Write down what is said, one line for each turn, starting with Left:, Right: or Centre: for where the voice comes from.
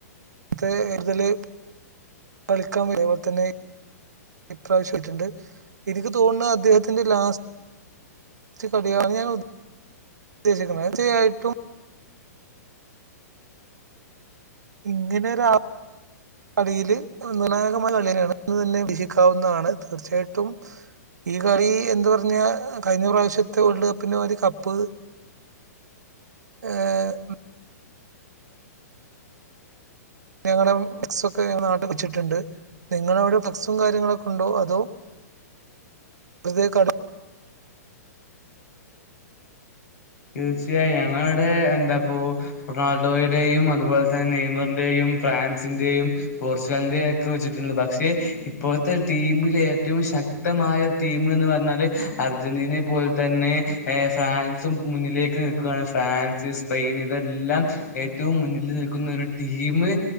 Right: ത്തെ എതില് കളിക്കാ വരുവോ തന്നെ ഇപ്രാവശ്യ ഇച്ച്ണ്ട് എനിക്ക് തോന്നുണ അദ്ദേഹത്തിന്റെ ലാസ് ഇച്ച് കളിയാണ് ഞാൻ ഉദ്ദേശിക്കുന്നത്. തീർച്ചയായിട്ടും ഇങ്ങനൊരാ അടിയില് നിർണ്ണായകമായ കളിയെന്നെയാണ് അന്ന് തന്നെ വീക്ഷിക്കാവുന്നതാണ് തീർച്ചയായിട്ടും ഈ കളി എന്ത് പറഞ്ഞാ ആ കഴിഞ്ഞ പ്രാവശ്യത്തെ വേൾഡ് കപ്പിന്റെ മാരി കപ്പ് ഏ ഉം ഞങ്ങളും ഫ്ലക്സൊക്കെ നാട്ട് വെച്ചിട്ടുണ്ട് നിങ്ങളവിടെ ഫ്ലക്സും കാര്യങ്ങളൊക്കൊണ്ടോ അതോ വെർതെ കളി
Left: തീർച്ചയായു ഞങ്ങളവടെ എന്താപ്പോ റൊണാൾഡോയുടെയും അതുപോലെ തന്നെ നെയ്മറിന്റെയും ഫ്രാൻസിന്റെയും പോർച്ചുഗലിന്റെ എക്കെ വെച്ചിട്ടുണ്ട് പക്ഷേ ഇപ്പോഴത്തെ ടീമില് ഏറ്റവും ശക് ക്തമായ ടീമ്ന്ന് പറഞ്ഞാല് അർജന്റീനെ പോലെ തന്നെ ഏ ഫ്രാൻസും മുന്നിലേക്ക് നിക്കുവാണ് ഫ്രാൻസ് സ്പെയിന് ഇതെല്ലാം ഏറ്റവും മുന്നിൽ നിൽക്കുന്ന ഒരു ടീമ്